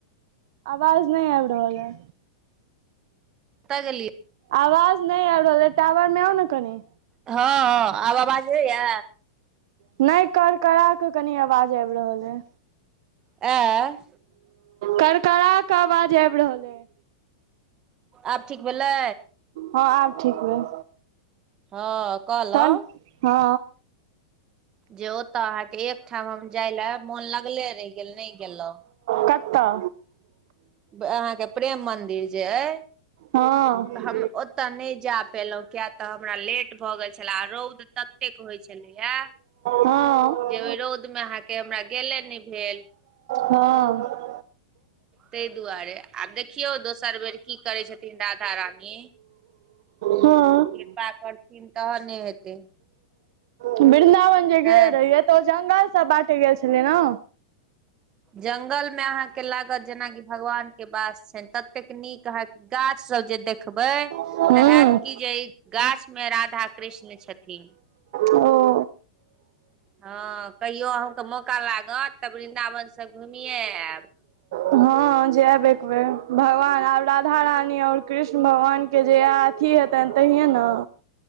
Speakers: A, on the right (about 65°); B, on the right (about 30°).
A: आवाज नहि आबि रहल ह
B: कतअ गेललियै
A: आवाज नहि आबि रहल यै टावर मे आउ ने कनि
B: हँ हँ आब आवाज जाइयै
A: नहि कर करा कऽ कनि आवाज आबि रहल अइ
B: ऐ
A: करकरा क आवाज आबि रहल अ
B: आब ठीक भेलै
A: हँ आब ठीक भेल
B: हँ कहलौं
A: तन हँ
B: जे ओतऽ अहाँके एक ठाम हम जाय ले मोन लगले रहि गेल नहि गेलो
A: कतअ
B: अहाँके प्रेम मदिर जे अइ
A: हँ
B: हम ओतऽ नहि जा पयलहुँ किया तऽ हमरा लेट भऽ गेल छलए आ रौद ततेक होइ छलैयए
A: हँ
B: जे ओहि रौद मे अहाँके हमरा गेले नहि भेल
A: हँ
B: ताहि दुआरे आब देखियौ दोसर बेर की करै छथिन राधा रानी
A: हँ
B: कृपा करथिन तहने हेतै
A: वृन्दावन जे
B: नहि
A: गेल रहिय तऽ ओ जंगल सब बाँटे गेल छलै ने
B: जंगल में अहाँ के लागत जेनाकि भगवान के वास छ ततेक नीक अहाँके गाछ सब जे देखबै तऽ
A: हूँ
B: हयत कि जे गाछ मे राधा कृष्ण छथिन
A: ओ
B: हँ कहियो अहूँके मौका लागत त वृन्दावन से घुमिये आयब
A: हँ जायब एक बेेर भगवान आब राधा रानी आओर कृष्ण भगवान के जेया अथी हेतनि तहिये ने